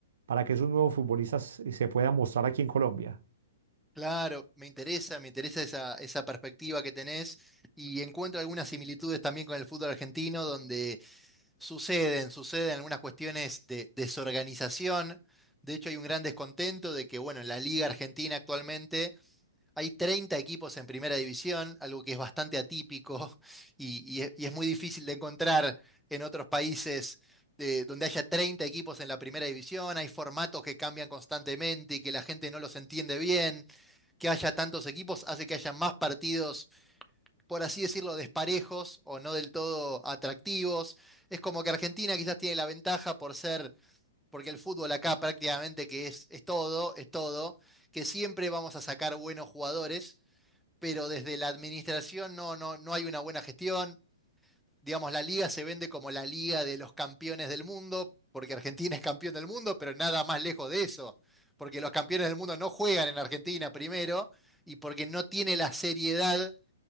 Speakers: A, on the right; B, in the centre.
A: para que esos nuevos futbolistas eh, se puedan mostrar aquí en Colombia.
B: Claro, me interesa, me interesa esa, esa perspectiva que tenés y encuentro algunas similitudes también con el fútbol argentino, donde Suceden, suceden algunas cuestiones de desorganización. De hecho, hay un gran descontento de que, bueno, en la Liga Argentina actualmente hay 30 equipos en primera división, algo que es bastante atípico <laughs> y, y es y es muy difícil de encontrar en otros países eh, donde haya 30 equipos en la primera división. Hay formatos que cambian constantemente y que la gente no los entiende bien. Que haya tantos equipos hace que haya más partidos por así decirlo, desparejos o no del todo atractivos. Es como que Argentina quizás tiene la ventaja por ser, porque el fútbol acá prácticamente que es, es todo, es todo, que siempre vamos a sacar buenos jugadores, pero desde la administración no, no, no hay una buena gestión. Digamos, la liga se vende como la liga de los campeones del mundo, porque Argentina es campeón del mundo, pero nada más lejos de eso, porque los campeones del mundo no juegan en Argentina primero y porque no tiene la seriedad